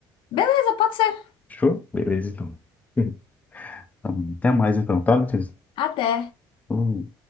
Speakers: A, on the left (about 65°); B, on the left (about 15°).
A: Beleza, pode ser.
B: Fechou? Beleza, então. <laughs> Tá bom. Até mais, então, tá, Letícia?
A: Até.
B: Hum.